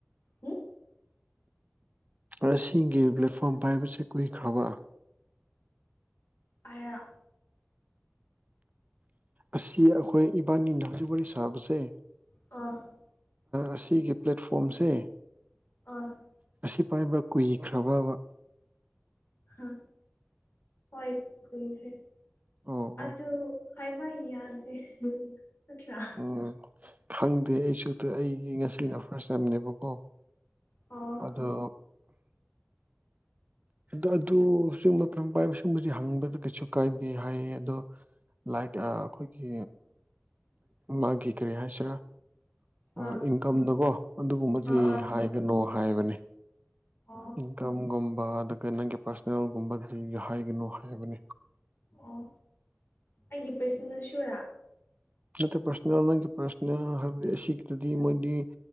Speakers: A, on the left; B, on the right.
A: ꯍꯥ
B: ꯑꯁꯤꯒꯤ ꯄ꯭ꯂꯦꯠꯐꯣꯝ ꯍꯥꯏꯕꯁꯦ ꯀꯨꯏꯈ꯭ꯔꯕ
A: ꯑꯔꯥꯛ
B: ꯑꯁꯤ ꯑꯩꯈꯣꯏ ꯏꯕꯥꯅꯤꯅ ꯍꯧꯖꯤꯛ ꯋꯥꯔꯤ ꯁꯥꯕꯁꯦ
A: ꯑꯥ
B: ꯑꯁꯤꯒꯤ ꯄ꯭ꯂꯦꯠꯐꯣꯝꯁꯦ
A: ꯑꯥ
B: ꯃꯁꯤ ꯄꯥꯏꯕ ꯀꯨꯏꯈ꯭ꯔꯕꯕ
A: ꯍꯥ ꯍꯣꯏ ꯀ ꯍꯥꯏꯦ
B: ꯑꯣ ꯑꯣ
A: ꯑꯗꯨ ꯍꯥꯏꯋꯥ ꯌꯥꯗꯦ ꯅꯠꯇ꯭ꯔꯥ
B: ꯎꯝ ꯈꯪꯗꯦ ꯑꯩꯁꯨ ꯑꯩꯒꯤ ꯉꯁꯤꯅ ꯐꯥꯔꯁ ꯇꯝꯅꯦꯕꯀꯣ
A: ꯑꯣ
B: ꯑꯗꯨꯗꯣ ꯑ ꯑꯗꯨ ꯁꯤꯒꯨꯝꯕ ꯄꯥꯏꯕ ꯁꯤꯒꯨꯝꯕꯗꯤ ꯍꯪꯕꯗ ꯀꯩꯁꯨ ꯀꯥꯏꯗꯦ ꯍꯥꯏꯌꯦ ꯑꯗꯣ ꯂꯥꯏꯛ ꯑꯩꯈꯣꯏꯒꯤ ꯃꯥꯒꯤ ꯀꯔꯤ ꯍꯥꯏꯁꯤꯔꯥ ꯑꯣ
A: ꯑꯥ
B: ꯏꯟꯀꯝꯗꯀꯣ ꯑꯗꯨꯒꯨꯝꯕꯕꯁꯤ
A: ꯑꯥ ꯑꯥ
B: ꯍꯥꯏꯒꯅꯣ ꯍꯥꯏꯕꯅꯤ
A: ꯑꯣ
B: ꯏꯟꯀꯝꯒꯨꯝꯕ ꯑꯗꯨꯒ ꯅꯪꯒꯤ ꯄꯥꯔꯁꯣꯅꯦꯜꯒꯨꯝꯕꯗꯤꯍ ꯍꯥꯏꯒꯅꯨ ꯍꯥꯏꯕꯅꯤ
A: ꯑꯣ ꯑꯩꯒꯤ ꯄꯔꯁꯅꯦꯜ ꯁꯨꯔꯥ
B: ꯅꯠꯇ ꯄꯁꯅꯦ ꯅꯪ ꯄꯁꯅ ꯍꯥꯏꯕ ꯁꯤꯗꯤ ꯃꯣꯏꯗꯤ